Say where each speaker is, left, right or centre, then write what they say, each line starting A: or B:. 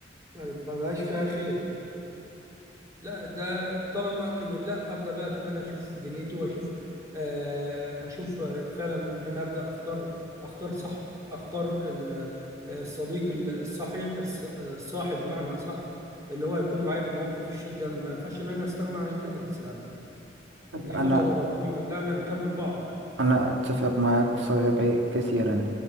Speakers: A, on the right (about 20°); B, on the right (about 90°).
A: ما بقاش فيها خير لا ده طالما لا ابدا بقى ان انا اشوف دنيتي واشوف آه، اشوف فعلا ان انا ابدا اختار اختار صح اختار ال- الصديق الصحي الص- الصاحب بمعنى صح اللي هو يكون معايا في مواقف الشده ما ينفعش ان انا استغنى عن الناس يعني دي
B: أنا
A: فطره ربنا خلانا نكمل بعض
B: أنا أتفق معك صديقي كثيرا